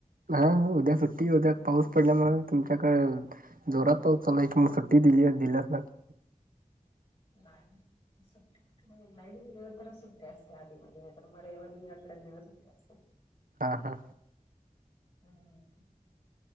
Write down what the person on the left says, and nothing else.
नाही सुट्टी <inaudible> लाईव्ह दिले तरच सुट्टी असते आधीमध्ये, नाहीतर मग रविवारी <unintelligible> सुट्टी असते.
हम <inaudible>